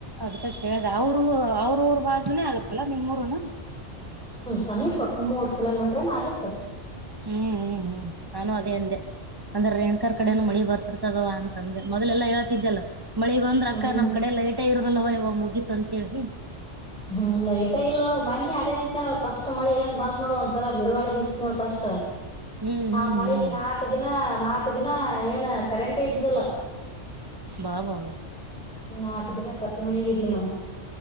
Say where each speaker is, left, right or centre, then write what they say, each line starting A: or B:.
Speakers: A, on the right; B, in the centre.
A: ಅದಕ ಕೇಳ್ದ್ಯಾ ಅವ್ರು ಅವ್ರುಊರ್ ಬಾಜುನೇ ಆಗತ್ತಲ್ಲಾ ನಿಮ್ಮೂರನ.
B: ತಮೀಪ ಮೂರ್ ಕಿಲೋಮೀಟ್ರನ್ ಆಗುತ್ತ.
A: ಹ್ಮ್ ಹ್ಮ್ ಹ್ಮ್ ನಾನು ಅದೇ ಅಂದೆ. ಅಂದ್ರ ರೇಣುಕಾರ್
B: ಹ್ಮ್
A: ಕಡೆನು ಮಳಿ ಬರ್ತಿರ್ತದುವಾ ಅನ್. ತಂದೆವ ಮೊದಲ ಎಲ್ಲಾ ಹೇಳತಿದ್ದಲ್ಲ. ಮಳಿ ಬಂದ್ರ
B: ಹ್ಮ್
A: ಅಕ್ಕಾ ನಮ್ ಕಡೆ ಲೈಟ್. ಟೇ ಇರದುಲ್ವ ಯವ ಮುಗೀತ್ ಅಂತ ತೇಳಿ.
B: ಹ್ಮ ಲೈಟ್ ಇಲ್ಲ ನೋಡ ಹೋಗ ಮನ್ನಿ ಅದೇ ಅಂತ ಫಸ್ಟ್ ಮಳಿ ಏನ್ ಬಂತ ನೋಡು ಒಂದ್ ಸಲಾ ಬಿರುಗಾಳಿ ಬೀಸಿತ ನೋಡ್ ಫಸ್ಟ್
A: ಹ್ಮ್ ಹ್ಮ್
B: ಆ ಮಳಿಗೆ
A: ಹ್ಮ್
B: ನಾಕ್ ದಿನಾ. ನಾಕ ದಿನಾ ಏನ್ ಕರೆಂಟೆ ಇದ್ದಿದ್ದಿಲ್ಲ.
A: ಬಾ ಬಾ ಬಾಬ.
B: ನಾಕ್ ದಿನಾ ತ್ತಪ್ಪಿ ಮನೀಗ ಇದ್. ದಿ ನವ್.